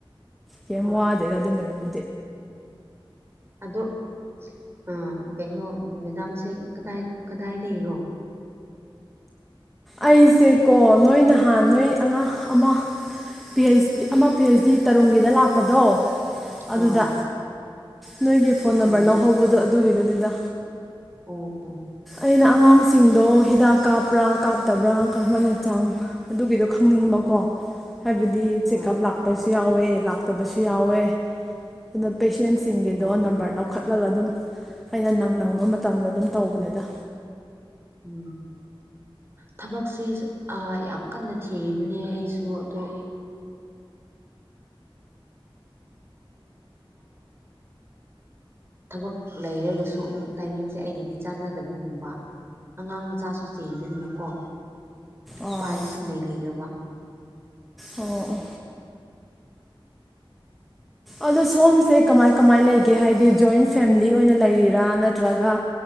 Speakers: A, in the centre; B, on the right.
A: ꯀꯩꯝ
B: ꯍꯣꯏ
A: ꯋꯥꯗꯦꯗꯥ ꯑꯗꯨꯝꯕꯒꯤ <inaudible>
B: ꯑꯗꯣ ꯑ ꯀꯩꯅꯣ ꯃꯦꯗꯥꯝꯁꯦ ꯀꯗꯥꯏ ꯀꯗꯥꯏꯗꯒꯤꯔꯣ
A: ꯑꯩꯁꯦꯀꯣ ꯅꯣꯏ ꯅꯍꯥꯟ ꯅꯣꯏ ꯑꯉꯥꯡ ꯑꯃ ꯄꯤ ꯑꯩꯆꯗꯤ ꯑꯃ ꯄꯤ ꯑꯩꯆ ꯗꯤ ꯇꯔꯨꯨꯝꯒꯤꯗ ꯂꯥꯛꯄꯗꯣ ꯑꯗꯨꯗ
B: ꯑꯥꯎ
A: ꯅꯣꯏꯒꯤ ꯐꯣꯟ ꯅꯝꯕꯔ
B: ꯑꯣ
A: ꯂꯧꯍꯧꯕꯗꯣ ꯑꯗꯨ ꯑꯗꯨꯗꯨꯕꯤꯗꯨꯗꯨꯗ
B: ꯑꯣ ꯑꯣ
A: ꯑꯩꯅ ꯑꯉꯥꯡꯁꯤꯡꯗꯣ ꯍꯤꯗꯥꯛ ꯀꯥꯞꯄ꯭ꯔꯥ ꯀꯥꯞꯇꯕ꯭ꯔꯥ ꯀꯝꯍꯥꯏꯅ ꯆꯥꯡ ꯑꯗꯨꯒꯤꯗꯣ ꯈꯪꯅꯤꯡꯕꯀꯣ ꯍꯥꯏꯕꯗꯤ ꯆꯦꯛꯑꯞ
B: ꯍꯣꯏ
A: ꯂꯥꯛꯄꯁꯦ ꯌꯥꯎꯋꯦ ꯂꯥꯛꯇꯕꯁꯨ ꯌꯥꯎꯋꯦ ꯑꯗꯣ ꯄꯦꯁꯦꯟꯁꯤꯡꯒꯤꯗꯣ
B: ꯃꯥꯅꯤꯅꯦ
A: ꯅꯝꯕꯔ ꯂꯧꯈꯠꯂꯒ ꯑꯗꯨꯝ ꯑꯩꯅ ꯅꯪ ꯅꯕ ꯃꯇꯝꯗ ꯑꯗꯨꯝ ꯇꯧꯕꯅꯤꯗ
B: ꯎꯝ ꯊꯕꯛꯁꯦ ꯌꯥꯝ ꯀꯟꯅ ꯊꯤꯔꯤꯕꯅꯦ ꯑꯩꯁꯨ ꯑꯗꯣ ꯊꯕꯛ ꯂꯩꯔꯒꯁꯨ ꯑꯃꯨꯛ ꯇꯥꯏꯃꯤꯡꯁꯦ ꯑꯩꯒꯤꯗꯤ ꯆꯥꯟꯅꯗꯕꯒꯨꯝꯕ ꯑꯉꯥꯡ ꯃꯆꯥꯁꯨ ꯆꯦꯟꯕꯅꯤꯅꯀꯣ
A: ꯑꯣ
B: ꯎꯄꯥꯏꯁꯦ ꯁꯨꯡꯂꯩ ꯂꯩꯗ꯭ꯔꯕ
A: ꯑꯣ ꯑꯣ ꯑꯗꯣ ꯁꯣꯝꯁꯦ ꯀꯃꯥꯏ ꯀꯃꯥꯏ ꯂꯩꯒꯦ ꯍꯥꯏꯗꯤ ꯖꯣꯏꯟ ꯐꯦꯃꯤꯂꯤ ꯑꯣꯏꯅ ꯂꯩꯔꯤꯔꯥ ꯅꯠꯇ꯭ꯔꯒ